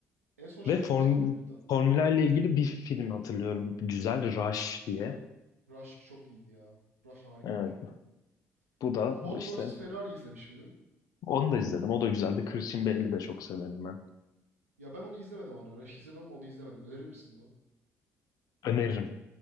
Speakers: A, on the right; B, on the left.
A: En son şey
B: Ve
A: izlemiştim
B: form,
A: Brad Pitt'ten.
B: formülerle ilgili bir film hatırlıyorum. Güzel Rush diye.
A: Rush çok iyiydi ya. Rush harika
B: Evet.
A: bir filmdi.
B: Bu da
A: Ford
B: bu işte.
A: vs Ferrari izlemiş miydin?
B: Onu da izledim. O da güzeldi. Christian Bale'i de çok severim ben.
A: Ya ben onu izlemedim hala. Rush'ı izledim ama onu izlemedim. Önerir misin onu?
B: Öneririm.